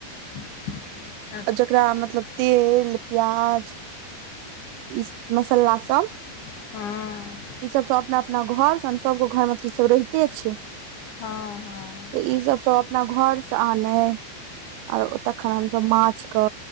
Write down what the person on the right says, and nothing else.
जकरा मतलब तेल प्याज ई मसाला सब
ई सब सब अपना अपना घर स सबके घर में ई सब रहिते छै
तऽ ई सब सब अपना घर से आनय आओर तखन हमसब माछ के